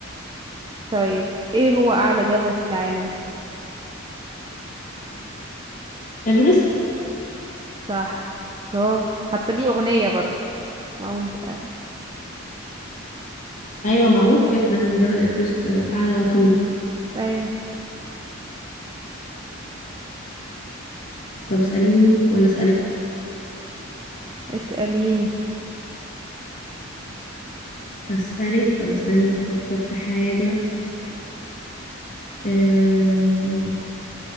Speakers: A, on the right; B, on the left.
A: طيب ايه هو اعلى جبل في العالم
B: ايفرست
A: صح برافو حتى ليه اغنية برضو ماونت ابس
B: ايوه معروف جدا جبل ايفرست آه، اعلى قمة
A: ايوه
B: طب اسأليني ولا اسألك؟
A: اسأليني
B: أسألك طب استني أفكر في حاجة آم،